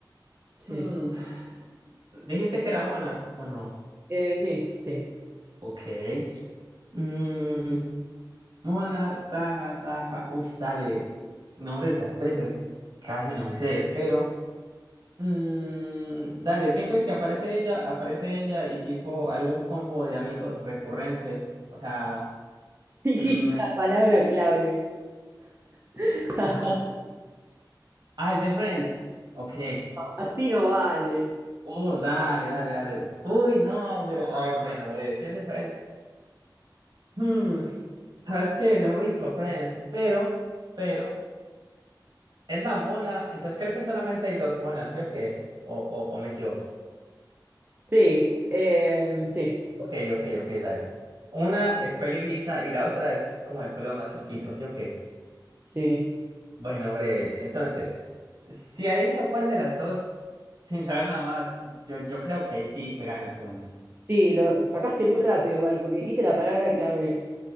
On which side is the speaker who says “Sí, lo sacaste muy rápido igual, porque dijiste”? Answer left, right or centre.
Right